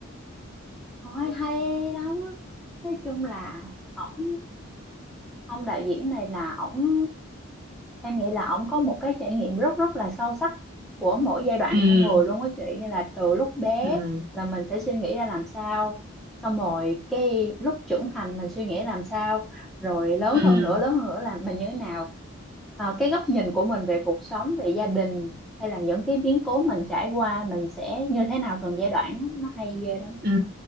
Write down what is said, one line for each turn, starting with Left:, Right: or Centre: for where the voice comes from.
Centre: Ôi hay lắm Nói chung là ổng ông đạo diễn này là ổng em nghĩ là ổng có một cái trải nghiệm rất rất là sâu sắc của mỗi giai đoạn
Right: Ừ,
Centre: con người luôn á chị như là từ lúc bé
Right: ừ,
Centre: là mình sẽ suy nghĩ ra làm sao xong rồi cái lúc trưởng thành mình suy nghĩ làm sao rồi lớn
Right: ừ,
Centre: hơn nữa lớn hơn nữa là mình như thế nào Ờ, cái góc nhìn của mình về cuộc sống về gia đình hay là những cái biến cố mình trải qua mình sẽ như thế nào từng giai đoạn á, nó hay ghê lắm
Right: ừ.